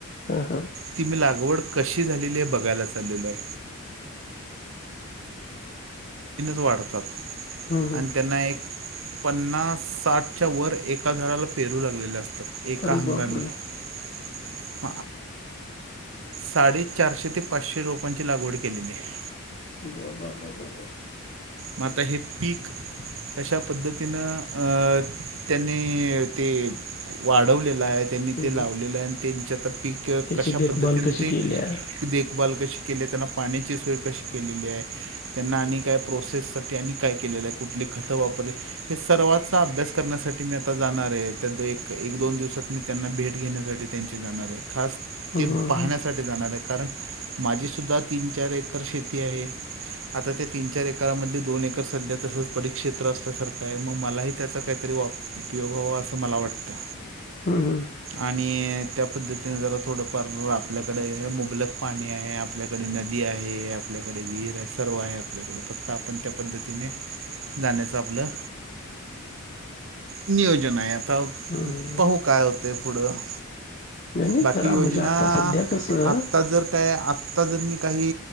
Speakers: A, on the left; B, on the right.
A: हा हा.
B: ती मी लागवड कशी झालेली आहे बघायला चाललेलो हाय. <unintelligible>
A: हं, हं.
B: आणि त्यांना एक पन्नास, साठच्या वर एका झाडाला पेरू लागलेले असतात. एका
A: अरे
B: हंगामी
A: बाप रे.
B: <inaudible> साडेचारशे ते पाचशे रुपयांची लागवड केलेली आहे.
A: आ बा बा बा बा बा.
B: मा आता हे पीक. अशा पद्धतीनं अ त्यांनी ते वाढवलेलं आहे त्यांनी
A: हं.
B: ते लावलेलं आणि त्यांच्या पीक
A: त्याची
B: कशा
A: देखभाल
B: पद्धतीने
A: कशी
B: ते
A: केली आहे.
B: देखभाल कशी. के त्यांना पाण्याची सोय कशी केलेली आहे त्यांना आणि काय प्रोसेस सा. काय केले आहे कुठली खत वापर सर्वचा अभ्यास करण्यासाठी. मी आता जाणार आहे त्या एक एक दोन दिवसात मी त्यांना भेट घेण्यासाठी त्यांची जाणार आहे. खास
A: हं,
B: ते पाहण्यासाठी
A: हं,
B: जाणार आहे. कारण माझी सुद्धा तीन, चार एकर शेती आहे. आता त्या तीन चार एकरा मध्ये. दोन एकर सध्या तसंच परिकक्ष्षेत्र अस. सारखं आहे मग मलाही त्याचा काहीतरी वा उपयोग हवा असं मला वाटतं.
A: हं,
B: आणि. त्या पद्धतीने जरा थोडफार आपल्याकडे मुबलक पाणी आहे. आपल्याकडे नदी आहे. आपल्याकडे विहीर आहे. सर्व आहे. आपल्याकडे फक्त आपण त्या पद्धतीने जाण्याच आपलं. नियोजन आहे आता
A: हं.
B: पाहू काय होते पुढं.
A: नाही, नाही
B: बाकी
A: करा
B: योजना
A: म्हणजे आता सध्या कसं
B: आता जर काय आत्ता जर मी. काही